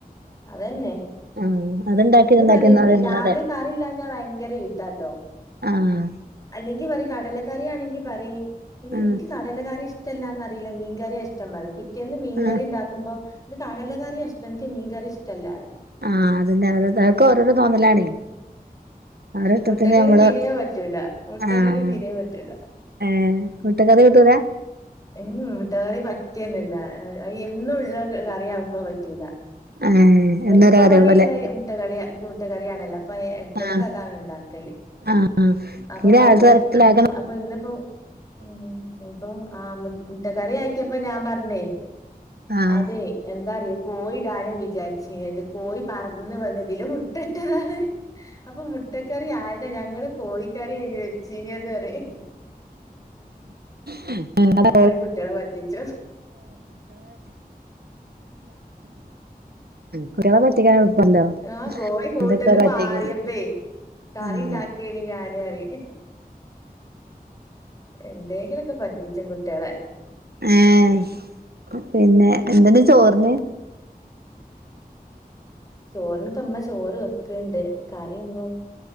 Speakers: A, on the left (about 20°); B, on the right (about 85°).
A: അതന്നെ
B: ആഹ് അത്ണ്ടാക്കി
A: എന്ന്
B: ഇത്ണ്ടാക്കി
A: പറയും
B: തിന്നാന്നല്ലാതെ
A: രാവിലെ കറി ഇല്ലഞ്ഞാ ഭയങ്കര യുദ്ധാട്ടോ
B: ആഹ്
A: അല്ലെങ്കി പറി കടലക്കറി ആണങ്കി പറയിം
B: ആഹ്
A: നിക്ക് കടലക്കറി ഇഷ് ടല്ലാന്നറീലേ മീൻകറ്യാ ഇഷ്ടം പറിം പിറ്റേന്ന് മീൻകറി
B: ആഹ്
A: ഇണ്ടാക്കുമ്പോ ഇത് കടല കറ്യ ഇഷ്ട്ടം ഇൻക് മീൻകറിഷ്ടല്ലാറിം.
B: ആഹ് അതന്നെ <unintelligible> ഒക്കെ ഓരോരോ തോന്നലാണേ അവരെ ഇഷ്ടത്തിന്
A: മുട്ടക്കറി
B: നമ്മള്
A: തീരെ പറ്റൂല. മുട്ടക്കറി
B: ആഹ്
A: തീരെ പറ്റൂല
B: ഏഹ് മുട്ടക്കറി കൂട്ടൂലാ?
A: ഉം മുട്ടകറി പറ്റന്നല്ല അത് എന്നുള്ള കറിയാവുമ്പോ പറ്റൂല.
B: ഏഹ് എന്നൊരു
A: എള്പ്പ
B: കറി
A: പണിള്ളെ
B: പോലെ
A: മുട്ടകളി മുട്ടകറിയാണല്ലോ ഇപ്പ ഏ എടക്കെടക്ക്
B: ആഹ്
A: അതാണ് ഇണ്ടാക്കല്.
B: ആഹ്
A: അപ്പൊ
B: ഈ രാവിലത്തെ
A: പറിം
B: തിരക്കിലാക്കണം
A: അപ്പൊ ഇന്ന്പ്പോ ഉം ഇന്ന്പ്പൊ ആ മു മുട്ട കറി ആക്കിയപ്പോ ഞാൻ പറഞ്ഞേ
B: ആഹ്
A: അതെ എന്താറിയോ കോയിടാനേ വിചാര് ച്ചീന്നത് കോയി പറന്ന് വന്ന് ഇതില് മുട്ടട്ടതാണ്. അപ്പൊ മുട്ടക്കറി ആയതാ ഞങ്ങള് കോയിക്കറിയേനു വെച്ചീന് നൊറിം.
B: <unintelligible> എല്ല
A: കുട്ടികളെ പറ്റിച്ചും.
B: കുട്ടോളെ പറ്റിക്കാൻ എള്പ്പല്ലോ
A: ആഹ് കോഴി കൂട്ട്ന്ന്
B: അതൊക്കെ പറ്റിക്കല്.
A: പാറിയപ്പേ കറി
B: ആഹ്
A: ഇണ്ടാക്കേയ്ന് ഞാന് അറിം. എന്തേങ്കിലൊക്കെ പറ്റിച്ചും കുട്ട്യോളെ
B: ഏഹ് പിന്നെ എന്തെന്ന് ചോറിന്?
A: ചോറിന് ഇപ്പ ഇമ്മ ചോറ് വെക്ക്ണ്ട് കറിയൊന്നും